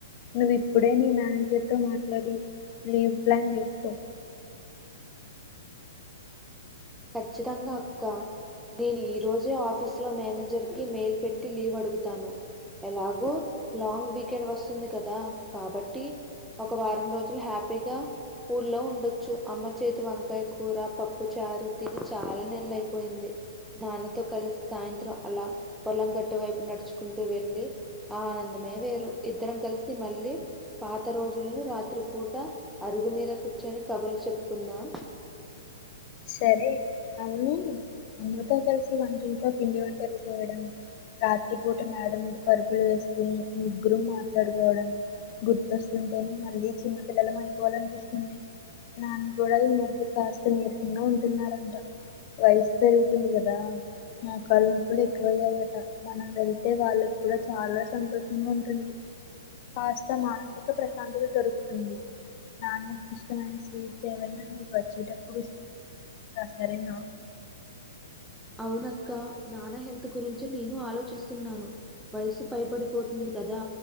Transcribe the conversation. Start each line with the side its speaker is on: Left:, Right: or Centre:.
Left: నువ్వు ఇప్పుడే నీ మేనేజర్ తో మాట్లాడి లీవ్ ప్లాన్ చేసుకో
Centre: ఖచ్చితంగా అక్క నేను ఈ రోజే ఆఫీసులో మేనేజర్ కి మెయిల్ పెట్టి లీవ్ అడుగుతాను ఎలాగు లాంగ్ వీకెండ్ వస్తుంది కదా కాబట్టి ఒక వారం రోజులు హ్యాపీగా ఊర్లో ఉండొచ్చు అమ్మ చేతి వంకాయ కూర పప్పు చారు తిని చాలా నెలు అయిపోయింది నాన్నతో కలిసి సాయంత్రం అలా పొలం గట్టు వైపు నడుచుకుంటూ వెల్లీ ఆ ఆనందమే వేరు ఇద్దరం కలిసి మళ్ళీ పాత రోజులని రాత్రిపూట అరుగు మీద కూర్చొని కబుర్లు చెప్పుకుందాం
Left: సరే అవును అమ్మతో కలిసి వంట్టిలో పిండి వంట చేయడం రాత్రిపూట మేడ మీద పరుపులు ఎసుకుని ముగ్గురు మాట్లాడుకోవడం గుర్తొస్తుంటేనే మళ్ళీ చిన్నపిల్లలు అయిపోవాలానిపిస్తోంది నాన్ను గూడా ఈ మధ్య కాస్త నీరసంగా ఉంటున్నారంట వయసు పెరుగుతుంది గదా మా మోకాళ్ళ నొప్పులు ఎక్కువయ్యాయట మనం వెళ్తే వాళ్ళకి కూడా చాలా సంతోషంగా ఉంటుంది కాస్త మానసిక ప్రశాంతత దొరుకుతుంది నాన్నకు ఇష్టమైన స్వీట్స్ ఏవైైన నువ్వు వచ్చేటప్పుడు సరే నా
Centre: అవునక్క నాన్న హెల్త్ గురించి నేను ఆలోచిస్తున్నాను వయసు పైబడిపోతుంది కదా